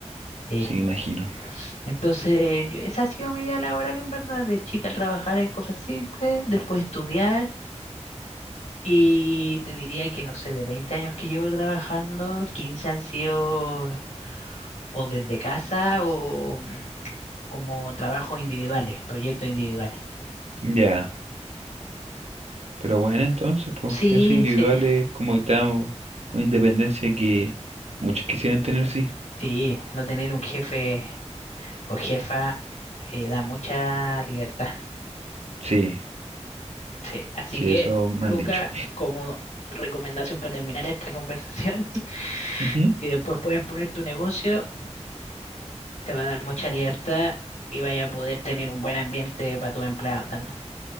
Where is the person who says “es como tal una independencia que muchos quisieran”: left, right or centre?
Right